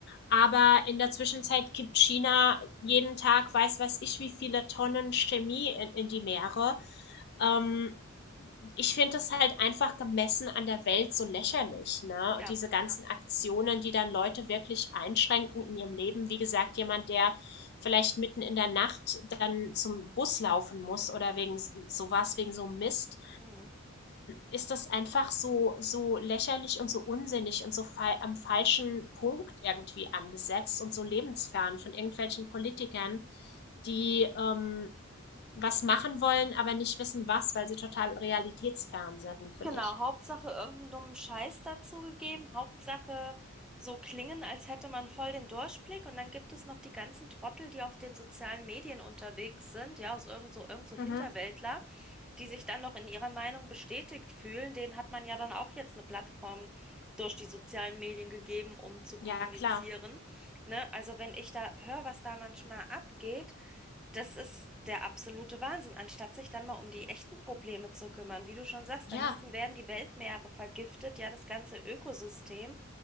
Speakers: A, on the left; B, in the centre.
A: Aber in der Zwischenzeit kippt China jeden Tag, weiß weiß ich, wie viele Tonnen Chemie in, in die Meere. Ähm, ich finde es halt einfach gemessen an der Welt so lächerlich, ne?
B: Ja.
A: Und diese ganzen Aktionen, die dann Leute wirklich einschränken in ihrem Leben. Wie gesagt, jemand, der vielleicht mitten in der Nacht dann zum Bus laufen muss oder wegen s- sowas, wegen so Mist,
B: Mhm.
A: ist das einfach so, so lächerlich und so unsinnig und so fa am falschen Punkt irgendwie angesetzt und so lebensfern von irgendwelchen Politikern, die, ähm, was machen wollen, aber nicht wissen, was, weil sie total realitätsfern sind, finde
B: Genau,
A: ich.
B: Hauptsache irgendeinen dummen Scheiß dazugegeben. Hauptsache so klingen, als hätte man voll den Durchblick. Und dann gibt es noch die ganzen Trottel, die auf den sozialen Medien unterwegs sind, ja, aus irgend so, irgend so Hinterwäldler,
A: Mhm.
B: die sich dann noch in ihrer Meinung bestätigt fühlen. Denen hat man ja dann auch jetzt eine Plattform durch die sozialen Medien gegeben, um zu kommunizieren.
A: Ja, klar.
B: Ne? Also wenn ich da höre, was da manchmal abgeht, das ist der absolute Wahnsinn, anstatt sich dann mal um die echten Probleme zu kümmern. Wie du schon sagst,
A: Ja.
B: da hinten werden die Weltmeere vergiftet, ja, das ganze Ökosystem.